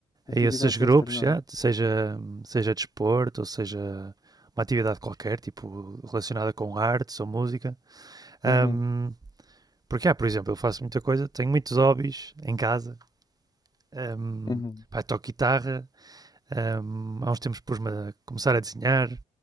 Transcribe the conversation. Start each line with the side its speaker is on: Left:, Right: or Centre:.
Left: Atividades
Right: a esses grupos,
Left: extra, não
Right: já,
Left: é?
Right: seja, seja desporto ou seja uma atividade qualquer, tipo relacionada com artes ou música.
Left: Uhum,
Right: hum, Porque ah por exemplo, eu faço muita coisa, tenho muitos hobbies em casa. Hum,
Left: uhum,
Right: pá, toco guitarra, hum, há uns tempos pus-me a começar a desenhar,